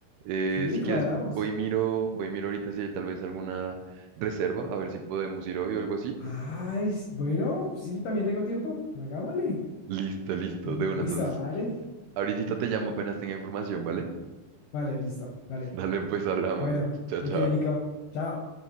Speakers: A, on the right (about 80°); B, on the left (about 70°).
A: Eh,
B: sí,
A: si
B: cuadramos.
A: quieres, voy y miro, voy y miro ahorita si hay tal vez alguna reserva, a ver si podemos ir hoy o algo así.
B: Ay, s- bueno, sí, también tengo tiempo. Hagámosle.
A: Listo, listo,
B: Sí,
A: de una.
B: listo,
A: Entonces,
B: dale.
A: ahorita te llamo apenas tenga información, ¿vale?
B: Vale, listo,
A: <laughs>
B: dale.
A: Dale, pues hablamos.
B: Bueno,
A: Chao,
B: ok,
A: chao.
B: Nico. Chao.